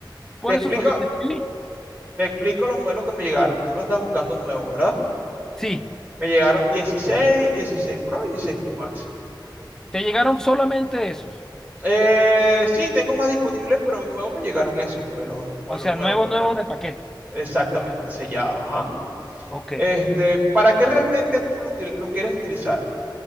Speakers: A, in the centre; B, on the right (about 20°).
A: por
B: Te explico,
A: eso fue que te escribí.
B: te explico los modelos que me llegaron. Tú los andas buscando nuevos, ¿verdad?
A: Sí,
B: Me llegaron 16, 16 Pro y 16 Pro Max.
A: te llegaron solamente esos.
B: Eh, sí, tengo más disponibles, pero nuevos me llegaron esos, pues los modelos
A: O sea,
B: nuevos,
A: nuevos,
B: pues.
A: nuevos de paquete.
B: Exactamente, sellados, ajá.
A: Ok.
B: Este, ¿para qué realmente tú lo, util- lo quieres utilizar?